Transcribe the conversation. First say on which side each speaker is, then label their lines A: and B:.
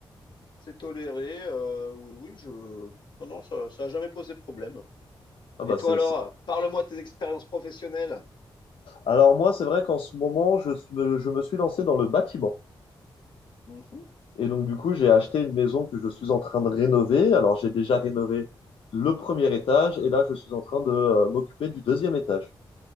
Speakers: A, on the left; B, on the left.
A: c'est toléré. euh, oui, oui, je. Non, non, ça, ça a jamais posé problème.
B: Ah
A: Et
B: bah
A: toi
B: c'est,
A: alors,
B: c'est-
A: parle-moi de tes expériences professionnelles.
B: Alors moi, c'est vrai qu'en ce moment, je s- me, je me suis lancé dans le bâtiment.
A: Mhm.
B: Et donc du coup, j'ai acheté une maison que je suis en train de rénover. Alors j'ai déjà rénové le premier étage et là, je suis en train de euh, m'occuper du deuxième étage.